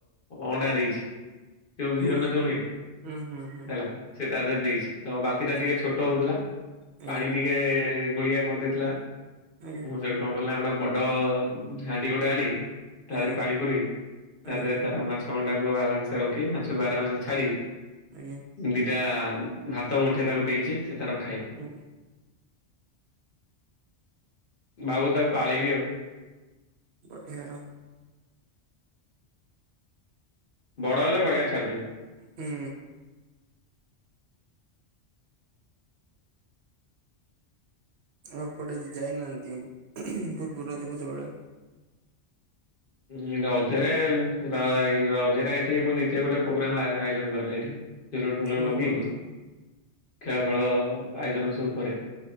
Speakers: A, on the left; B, on the right.
A: ଅଣ୍ଡା ଦେଇଛି। ଯୋଉ ବିହନ
B: ଓହୋ।
A: ଯୋଉ ନୁହେଁ
B: ହୁଁ ହୁଁ ହୁଁ
A: ହେଲା। ସେ ତା ଦେହରେ ଦେଇଛି। ତ ବାଲଟି ଟା
B: ଆଜ୍ଞା
A: ଟିକେ ଛୋଟ ହଉଥିଲା
B: ଆଜ୍ଞା।
A: ପାଣି ଟିକେ ଟିକେ ଗୋଳିଆ କରିଦେଇଥିଲା
B: ଆଜ୍ଞା
A: ମୁ ସେଇଠୁ କଣ କଲି ନା ଗୋଟା ବଡ ହାଣ୍ଡି ଗୋଟେ ଆଣି ତା
B: ଆଜ୍ଞା
A: ଦେହେରେ ପାଣି ପୁରେଇ ତା
B: ଆଜ୍ଞା
A: ଦେହରେ ତାର ମାଛ କଣ୍ଟାକୁ ଆରାମସେ ରଖି ମାଛକୁ ଆରାମସେ ଛାଡି
B: ଆଜ୍ଞା।
A: ଦିଟା ଭାତ ମୁଠେ ତାକୁ ଦେଇଛି ସେ ତା ର ଖାଇବ।
B: ଆଜ୍ଞା
A: ବାବୁ ତାକୁ ପାଳିବି ଆଉ।
B: ବଢିଆ ଆଉ।
A: ବଡ଼ ହେଲେ ଗଡ଼ିଆରେ ଛାଡ଼ିଦେବି।
B: ହୁଁ। ଆଉ କୁଆଡେ ଯ ଯାଇନାହାନ୍ତି ପୂର୍ବରୁ ରଜ ଫଜ ବେଳେ?
A: ଉଁ ରଜରେ ର ରଜରେ ଏଠି ମୁଁ ନିଜେ ଗୋଟେ ପ୍ରୋଗ୍ରାମ ଆ ଆୟୋଜନ କରେ ଏଠି। <unintelligible> ଲ
B: ଓହୋ
A: ଲଗେଇକି ଖେଳ ଫେଳ ଆୟୋଜନ ସବୁ କରେ।